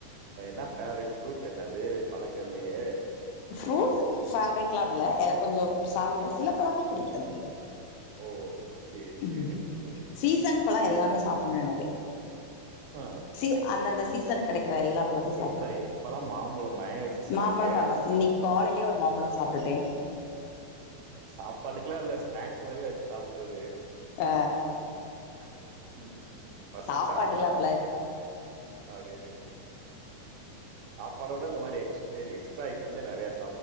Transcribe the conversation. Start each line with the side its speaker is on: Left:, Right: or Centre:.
Right: என்ன பேஃவரட் ஃப்ரூட் என்னது பழங்கள்லயே
Left: ஃப்ரூட்ஸ் ஃபவரட்லா அப்படிலா இல்ல கொஞ்சோ சாப்பிடுவே சில படங்கள் பிடிக்காது
Right: ஓ சேரி
Left: ம்
Right: சேரி ம்
Left: சீசன் பழொ எல்லாமே சாப்பிட்னு நெனப்பே
Right: ஆ
Left: சி
Right: அது
Left: அந்தந்த
Right: சரி
Left: சீசன்ல கெடைக்கிற
Right: இ-
Left: எல்லா பழத்தயு சாப்ட்றனு
Right: இப்ப இப்பல்லா மாம்பழோ பயங்கர சீசனா
Left: மாம்பழொ
Right: இருக்கே
Left: ஃபேமஸ் இன்னைக்கி காலைலயே ஒரு மாம்பழொ சாப்டுட்டே
Right: சாப்பாடுக்லா இல்ல ஸ்நாக்ஸ் மாரியே வெச்சு சாப்டுறது
Left: ஆ
Right: அ ம் பசிச்சா
Left: சாப்பாடுக்லா
Right: ஆ
Left: அத்
Right: ஓகே ம் அப்டின்ட்டு ம் சாப்பாட விட இந்த மாதிரி எக்ஸ் எக்ஸ்ட்ரா ஐட்டம்தா நறையா சா